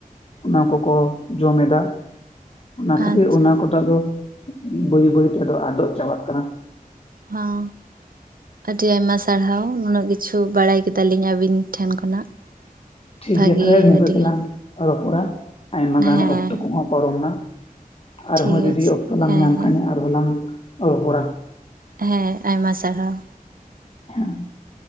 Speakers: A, on the left; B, on the right.
A: ᱚᱱᱟ ᱠᱚᱠᱚ ᱡᱚᱢ ᱮᱫᱟ᱾ ᱚᱱᱟ ᱠᱷᱟᱹᱛᱤᱨ
B: ᱟᱪᱪᱷᱟ
A: ᱚᱱᱟ ᱠᱚᱫᱚ ᱟᱫᱚ ᱵᱟᱹᱭ ᱵᱟᱹᱭᱛᱮ ᱟᱫᱚᱜ ᱪᱟᱵᱟᱜ ᱠᱟᱱᱟ᱾
B: ᱦᱟᱸ ᱟᱹᱰᱤ ᱟᱭᱢᱟ ᱥᱟᱨᱦᱟᱣ ᱱᱩᱱᱟᱹᱜ ᱠᱤᱪᱷᱩ ᱵᱟᱲᱟᱭ ᱠᱮᱫᱟ ᱞᱤᱧ ᱟᱹᱵᱤᱱ ᱴᱷᱮᱱ ᱠᱷᱚᱱᱟᱜ
A: ᱴᱷᱤᱠ
B: ᱵᱷᱟᱜᱮ
A: ᱜᱮᱭᱟ ᱛᱟᱦᱞᱮ ᱱᱚᱝᱠᱟᱹ
B: ᱟᱹᱰᱤᱜᱟᱱ
A: ᱜᱮᱞᱟᱝ ᱨᱚᱯᱚᱲᱟ ᱟᱭᱢᱟ ᱜᱟᱱ
B: ᱦᱮᱸ
A: ᱚᱠᱛᱚ ᱠᱚᱦᱚᱸ ᱯᱟᱨᱚᱢᱱᱟ᱾ ᱟᱨᱦᱚᱸ
B: ᱴᱷᱤᱠ
A: ᱡᱩᱫᱤ
B: ᱟᱪᱷᱮ
A: ᱚᱠᱛᱚ ᱞᱟᱝ
B: ᱦᱮᱸ
A: ᱧᱟᱢ
B: ᱦᱮᱸ
A: ᱠᱷᱟᱱ ᱟᱨᱦᱚᱸ ᱞᱟᱝ ᱨᱚᱯᱚᱲᱟ᱾
B: ᱦᱮᱸ ᱟᱭᱢᱟ ᱥᱟᱨᱦᱟᱣ᱾
A: ᱦᱮᱸ᱾